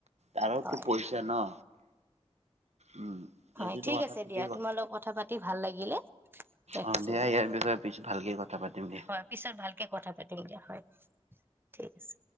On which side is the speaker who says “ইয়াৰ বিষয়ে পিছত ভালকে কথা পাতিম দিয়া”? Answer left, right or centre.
Right